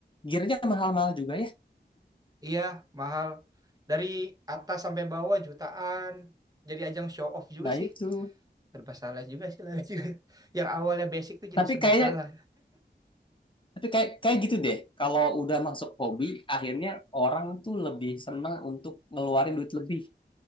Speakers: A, on the left; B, on the right.
A: gearnya mahal-mahal juga ya.
B: Iya, mahal. Dari atas sampai bawah jutaan. Jadi ajang show off juga
A: Nah
B: sih.
A: itu.
B: Serba salah juga sih lari juga. <laughs> Yang awalnya basic tuh jadi
A: Tapi
B: serba
A: kayaknya,
B: salah.
A: tapi kayak kayak gitu deh. Kalau udah masuk hobi, akhirnya orang tuh lebih senang untuk ngeluarin duit lebih.